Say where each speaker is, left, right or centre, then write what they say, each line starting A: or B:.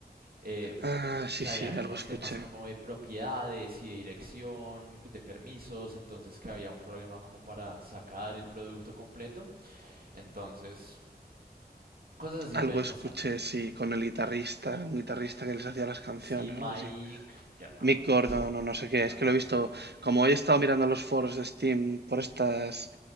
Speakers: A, on the right; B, on the right.
A: eh,
B: Ah, sí,
A: que
B: sí,
A: habían
B: algo
A: unos
B: escuché.
A: temas como de propiedades y de dirección, de permisos, entonces que había un problema como para sacar el producto completo, entonces cosas así pueden
B: Algo escuché,
A: pasar.
B: sí, con el guitarrista, un guitarrista que les hacía las canciones
A: Sí, Mike,
B: o algo así.
A: ya no me acuerdo.
B: Mick Gordon o no sé
A: Nicard,
B: qué, es que lo he visto,
A: sí, sí, sí.
B: como hoy he estado mirando los foros de Steam por
A: Ujú.
B: estas